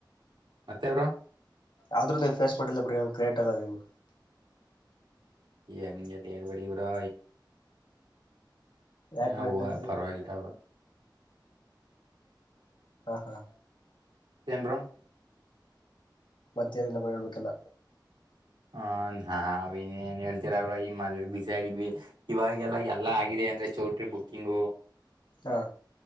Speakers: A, on the right; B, on the left.
A: ಮತ್ತೆ ಬ್ರೋ
B: ಆದ್ರೂ ನೀವು ಫೇಸ್ ಮಾಡ ಕ್ರೇಟ್ ಅಲ್ಲ ನೀವು
A: ಎಂಗೆ ಬೇಗ್ <unintelligible> ಬ್ರೊ
B: ಯಾಕ
A: ಏನವ
B: ಬ್ರೋ ಹಿಂಗಂತಿದೀರಾ
A: ಪರವಾಗಿದ ಬಿಡು
B: ಹಾ ಹಾ
A: ಏನ್ ಬ್ರೋ
B: ಮತ್ ಏನ್ ಬ್ರೊ ಹೇಳ್ಬೇಕೆಲ್ಲ
A: ಹ ಹಾ ಅವ ಇನೇನ್ ಹೇಳ್ತರ ಬ್ರೊ ಈ ಮದ್ ಬಿಸಿ ಆಗಿದ್ವಿ ಇವಾಗೆಲ್ಲ ಎಲ್ಲಾ ಆಗಿದೆ ಅಂದ್ರೆ ಚೌಟ್ರಿ ಬುಕ್ಕಿಂಗು
B: ಹಾ